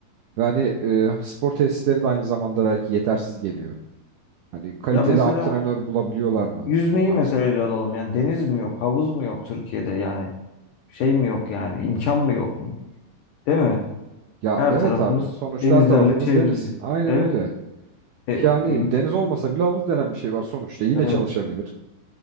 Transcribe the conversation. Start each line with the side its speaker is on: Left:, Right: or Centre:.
Right: Yani spor tesisleri de aynı zamanda belki yetersiz geliyor. Hani kaliteli
Left: Ya mesela
Right: antrenör bulabiliyorlar mı
Left: yüzmeyi
Right: onlar?
Left: mesela ele alalım. Yani deniz mi yok, havuz mu yok Türkiye'de yani? Şey mi yok yani, imkan mı yok? Değil mi?
Right: Ya
Left: Her
Right: evet
Left: tarafımız
Right: abi sonuçta
Left: denizlerle
Right: her tarafımız
Left: çevrili.
Right: deniz. Aynen
Left: Evet.
Right: öyle.
Left: E,
Right: Yani
Left: e,
Right: deniz olmasa bile havuz denen bir şey var sonuçta. Yine
Left: evet,
Right: çalışabilir.